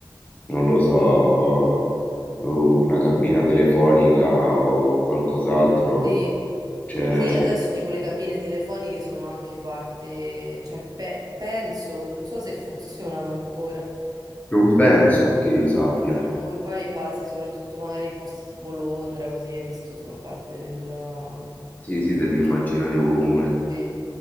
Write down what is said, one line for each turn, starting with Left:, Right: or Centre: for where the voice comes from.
Left: non lo so, una cabina telefonica o qualcos'altro,
Right: sì,
Left: cioè
Right: sì, adesso tipo le cabine telefoniche sono anche parte, cioè pe- penso, non so se funzionano ancora.
Left: non penso
Right: Eh,
Left: che io sappia.
Right: Sono ormai fase, soprattutto magari in posti tipo Londra, così hai visto, sono parte della...
Left: Sì, sì, dell'immaginario comune.
Right: sì.